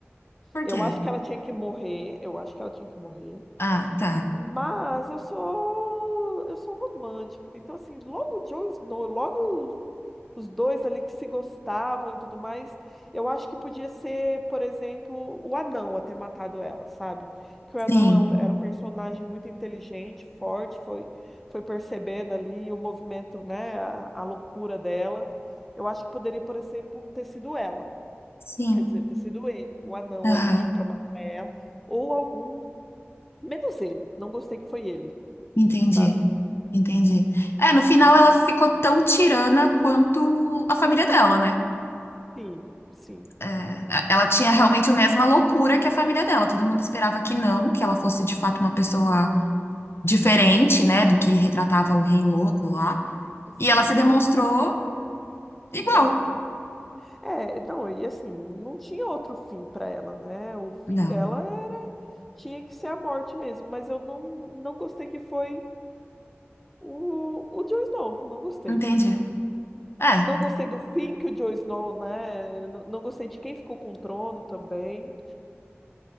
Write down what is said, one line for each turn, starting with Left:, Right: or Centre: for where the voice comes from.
Left: Por
Centre: Eu
Left: quê?
Centre: acho que ela tinha que morrer, eu acho que ela tinha que morrer.
Left: Ah, tá.
Centre: Mas eu sou eu sou romântica. Então assim, logo o Jon Snow, logo os dois ali que se gostavam e tudo mais. Eu acho que podia ser, por exemplo, o anão a ter matado ela, sabe? Que o anão
Left: Sim,
Centre: é um- era um personagem muito inteligente, forte, foi, foi percebendo ali o movimento, né, a, a loucura dela. Eu acho que poderia, por exemplo, ter sido ela,
Left: sim.
Centre: ou quer dizer, ter sido ele, o anão
Left: Aham.
Centre: ali para matar ela, ou algum, menos ele. Não gostei que foi ele,
Left: Entendi,
Centre: sabe?
Left: entendi. É, no final ela ficou tão tirana quanto a família dela, né?
Centre: Sim, sim.
Left: É, é, ela tinha realmente
Centre: É,
Left: a mesma loucura que a família dela. Todo mundo esperava que não, que ela fosse de fato uma pessoa diferente, né, do que retratava o rei louco lá.
Centre: sim,
Left: E ela se demonstrou igual.
Centre: igual, né? É, não, e assim, não tinha outro fim para ela, né? O fim
Left: Não,
Centre: dela era tinha que ser a morte mesmo, mas eu não não gostei que foi o o Jon Snow, não gostei.
Left: entendi. É,
Centre: Não gostei do fim que o Jon Snow, né? Não, não gostei de quem ficou com o trono também.